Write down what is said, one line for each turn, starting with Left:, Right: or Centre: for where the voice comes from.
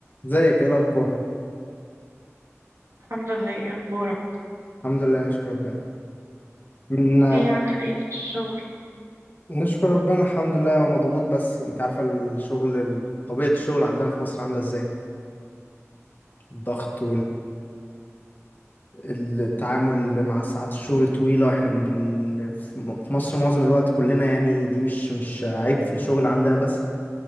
Left: ازيك ايه الاخبار
Right: الحمد لله إيه اخبارك
Left: الحمد لله نشكر ربنا من
Right: ايه عامل ايه في الشغل
Left: نشكر ربنا الحمد لله ومضغوط بس انت عارفه الشغل ال- طبيعه الشغل عندنا في مصر عامله ازاي الضغط والتعامل مع ساعات الشغل طويله احنا بن... بن... في م- في مصر معظم الوقت كلنا يعني دي مش مش عيب في الشغل عندنا بس